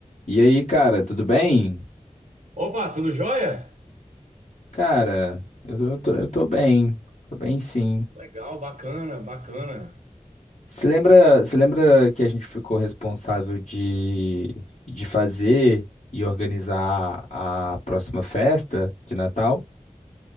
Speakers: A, on the left (about 65°); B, on the right (about 75°).
A: E aí, cara, tudo bem?
B: Opa, tudo jóia?
A: Cara, eu, eu tô, eu tô bem. Tô bem, sim.
B: Legal, bacana, bacana.
A: Você lembra, você lembra que a gente ficou responsável de, de fazer e organizar a próxima festa de Natal?